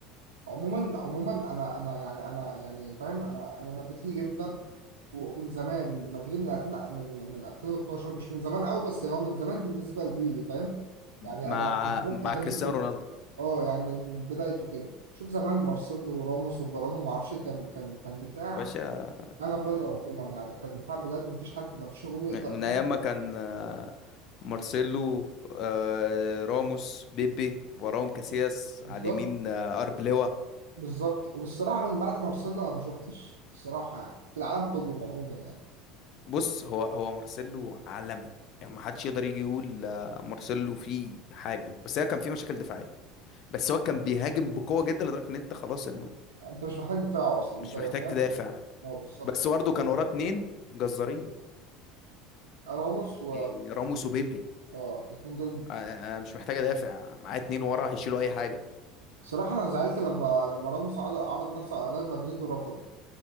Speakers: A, on the right; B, on the left.
A: عموما عموما انا انا يعني انا يعني فاهم انا انا مدريدي جدا ومن زمان مدريد من 2000 من من 2012 مش من زمان قوي بس هو من زمان بالنسبه لجيلي فاهم يعني
B: مع
A: انا
B: مع
A: عجبني
B: كريستيانو رونالدو
A: اه يعني من بدايته كده شوف زمان مارسيلو وراموس وفاران وما اعرفش كان كان كان دفاع
B: يا باشا
A: انا بل ربنا يعني كان دفاع بجد ما فيش حد ما فيش هجوم يقدر
B: م- من
A: عليه
B: أيام ما كان آه، مارسيلو آه، راموس بيبي وراهم كاسياس
A: بالظبط
B: على اليمين آه، أربلوا
A: بالظبط وبالصراحه من بعد مارسيلو انا ما شفتش الصراحه يعني في العالم كله عموما يعني
B: بص هو هو مارسيلو عالمي يعني ما حدش يقدر يجي يقول آه، مارسيلو فيه حاجة بس هي كان فيه مشاكل دفاعية بس هو كان بيهاجم بقوة جدا لدرجة إن أنت خلاص إنه
A: انت مش محتاج دفاع اصلا
B: مش
A: انت
B: محتاج تدافع
A: اه بالظبط
B: بس برضه كان وراه اتنين جزارين
A: راموس و
B: إيه، راموس وبيبي
A: اه الاثنين دول
B: أنا مش محتاج ادافع معاه اتنين ورا هيشيلوا اي حاجه
A: صراحة أنا زعلت لما لما راموس عرض, عرض نفسه على ريال مدريد ورفضه